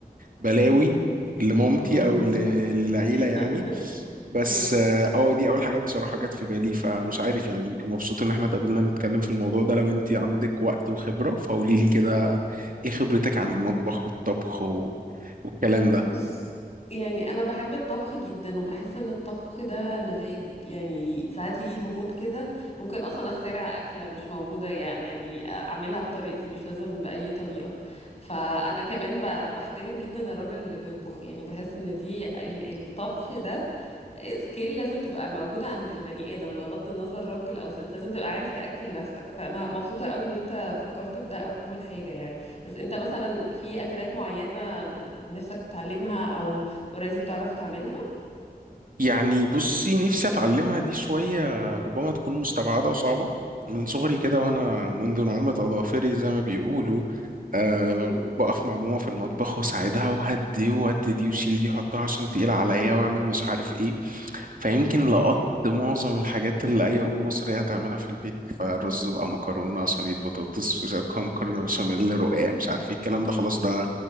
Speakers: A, on the right; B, on the left.
A: بلاوي
B: مم.
A: لمامتي
B: مم.
A: أو ل- للعيلة
B: <laughs>
A: يعني بس
B: آه.
A: اه آه، دي أول حاجة بصراحة جت في بالي فمش عارف يعني يمكن مبسوط إن احنا اتقابلنا نتكلم في الموضوع ده لو أنت عندك وقت وخبرة فقولي لي كده إيه خبرتك عن المطبخ والطبخ و... والكلام ده
B: بص يعني انا بحب الطبخ جدا وبحس ان الطبخ ده مزاج يعني ساعات يجي المود كده ممكن اصلا اخترع اكله مش موجوده يعني يعني اعملها بطريقتي مش لازم باي طريقه فانا كمان ب- بحترم جدا الراجل اللي بيطبخ يعني بحس ان دي ال- الطبخ ده سكيل لازم تبقى موجودة عند البني آدم بغض النظر راجل أو ست لازم تبقى عارف تأكل نفسك فأنا مبسوطة قوي إن أنت فكرت في ده أول حاجة يعني بس أنت مثلا في أكلات معينة بت... نفسك تتعلمها أو أوريدي بتعرف تعملها
A: يعني بصي نفسي اتعلمها دي شوية ربما تكون مستبعدة وصعبة من صغري كده وانا منذ نعومة اظافري زي ما بيقولوا أه
B: مم.
A: بقف مع ماما في المطبخ واساعدها وهدي وودي دي وشيل دي حطها عشان تقيلة عليا واعمل مش عارف ايه فيمكن
B: مم.
A: لقطت معظم الحاجات اللي أي أم مصرية هتعملها في البيت فرز بقى مكرونة صينية بطاطس مش عارف كم- مكرونة بشاميل رقاق مش عارف ايه الكلام ده خلاص ده